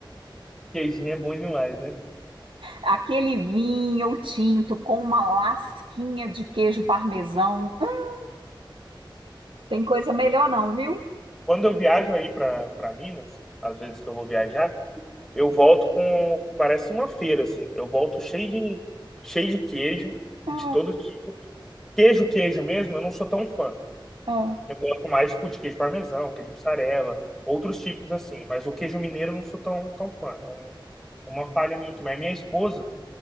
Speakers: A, in the centre; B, on the right.
A: Queijinho é bom demais, né?
B: Aquele vinho tinto com uma lasquinha de queijo parmesão. Hum, Tem coisa melhor não, viu?
A: Quando eu viajo aí pra, pra Minas, às vezes que eu vou viajar, Eu volto com, parece uma feira, assim. Eu volto cheio de, cheio de queijo,
B: Ah,
A: de todo tipo. Queijo, queijo mesmo, eu não sou tão fã.
B: ah.
A: Eu gosto mais, tipo, de queijo parmesão, queijo mussarela, outros tipos assim. Mas o queijo mineiro eu não sou tão, tão fã. É um- uma falha minha aqui. Mas minha esposa,